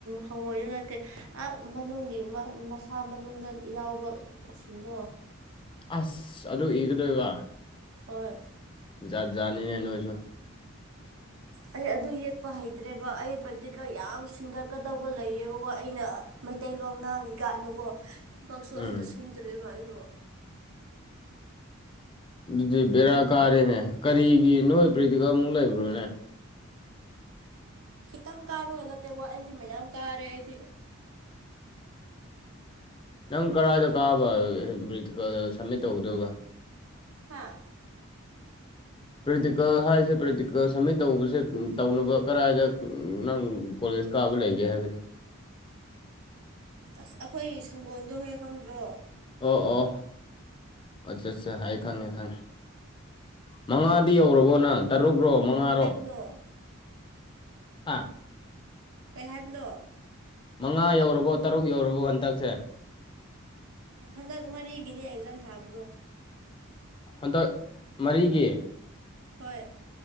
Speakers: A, on the right (about 80°); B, on the left (about 25°).
A: ꯍꯪꯉꯣꯏꯗꯨ ꯅꯠꯇꯦ ꯑ ꯃꯅꯨꯡꯒꯤ ꯃꯁꯥ ꯃꯅꯨꯡꯗ ꯌꯥꯎꯕꯁꯤꯡꯗꯣ
B: ꯑꯁ ꯑꯗꯨ ꯏꯒꯗꯣꯏꯒ
A: ꯍꯣꯏ
B: ꯖꯥꯠ ꯖꯥꯠꯅꯤꯅꯦ ꯅꯣꯏꯁꯨ <inaudible> <inaudible>
A: ꯑꯩ ꯑꯗꯨ ꯌꯦꯛꯄ ꯍꯩꯇ꯭ꯔꯦꯕ ꯑꯩ ꯄ꯭ꯔꯦꯛꯇꯤꯀꯦꯜ ꯌꯥꯝ ꯁꯤꯡꯒꯠꯀꯗꯧꯕ ꯂꯩꯌꯦꯕꯀꯣ ꯑꯩꯅ ꯃꯩꯇꯩꯂꯣꯟ ꯉꯥꯡꯉꯤꯀꯥꯟꯅꯀꯣ ꯊꯕꯛꯁꯨ
B: ꯎꯝ
A: ꯑꯝꯇ ꯁꯨꯗ꯭ꯔꯦꯕ ꯑꯩꯗꯣ
B: ꯑꯗꯨꯗꯤ ꯕꯦꯔꯥ ꯀꯥꯔꯦꯅꯦ ꯀꯔꯤꯒꯤ ꯅꯣꯏ ꯄ꯭ꯔꯔꯤꯇꯤꯀ ꯑꯃꯨꯛ ꯂꯩꯕ꯭ꯔꯣꯅꯦ
A: ꯈꯤꯇꯪ ꯀꯥꯕꯒ ꯅꯠꯇꯦꯀꯣ ꯑꯩꯗꯤ ꯃꯌꯥꯝ ꯀꯥꯔꯦ ꯑꯩꯗꯤ
B: ꯅꯪ ꯀꯔꯥꯏꯗ ꯀꯥꯕ ꯇꯤꯀꯜ ꯁꯝꯃꯤꯠ ꯇꯧꯒꯗꯣꯏꯕ
A: ꯍꯥꯥ
B: ꯄ꯭ꯔꯦꯛꯇꯤꯀꯦꯜ ꯍꯥꯏꯔꯤꯁꯦ ꯄ꯭ꯔꯦꯛꯇꯤꯀꯦꯜ ꯁꯝꯃꯤꯠ ꯇꯧꯕꯁꯦ ꯇꯧꯅꯕ ꯀꯗꯥꯥꯏꯗ ꯅꯪ ꯀꯂꯖꯁꯨꯀꯥꯕ ꯂꯩꯒꯦ ꯍꯥꯏ ꯐꯔ
A: ꯑꯁ ꯑꯩꯈꯣꯏ ꯁꯪꯒꯣꯜꯗꯣ ꯍꯦꯛ ꯈꯪꯕ꯭ꯔꯣ
B: ꯑꯣ ꯑꯣ ꯑꯠꯆꯥ ꯑꯠꯆꯥ ꯍꯥꯏꯌꯦ ꯈꯪꯉꯦ ꯈꯪꯉꯦ ꯃꯉꯥꯗꯤ ꯌꯧꯔꯕꯣ ꯅꯪ ꯇꯔꯨꯛꯔꯣ ꯃꯉꯥꯔꯣ
A: ꯅ
B: ꯑꯥ
A: ꯀꯩ ꯍꯥꯏꯕꯅꯣ
B: ꯃꯉꯥ ꯌꯧꯔꯕꯣ ꯇꯔꯨꯛ ꯌꯧꯔꯕꯣ ꯍꯟꯇꯛꯁꯦ
A: ꯍꯟꯗꯛ ꯃꯔꯤꯒꯤꯅꯦ ꯑꯦꯛꯖꯥꯝ ꯊꯥꯕꯗꯣ
B: ꯍꯟꯗꯛ ꯃꯔꯤꯒꯤ
A: ꯍꯣꯏ